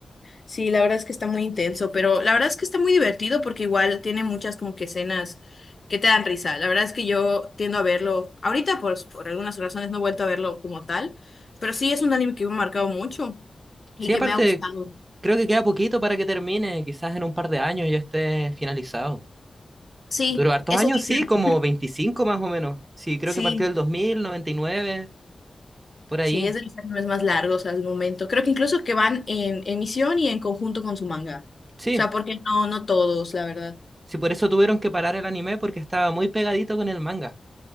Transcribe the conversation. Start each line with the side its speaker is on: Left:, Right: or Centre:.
Left: Sí, la verdad es que está muy intenso, pero la verdad es que está muy divertido porque igual tiene muchas como que escenas que te dan risa. La verdad es que yo tiendo a verlo, ahorita por, por algunas razones no he vuelto a verlo como tal, pero sí es un anime que me ha marcado mucho y
Right: Sí,
Left: que
Right: aparte,
Left: me ha gustado.
Right: creo que queda poquito para que termine, quizás en un par de años ya esté finalizado.
Left: Sí,
Right: Duró hartos
Left: eso
Right: años,
Left: dicen.
Right: sí, como 25 más o menos. Sí, creo
Left: Sí,
Right: que partió del dos mil, noventa y nueve por ahí.
Left: sí, es de los animes más largos al momento. Creo que incluso que van en emisión y en conjunto con su manga.
Right: Sí,
Left: O sea, porque no, no todos, la verdad.
Right: sí, por eso tuvieron que parar el anime porque estaba muy pegadito con el manga.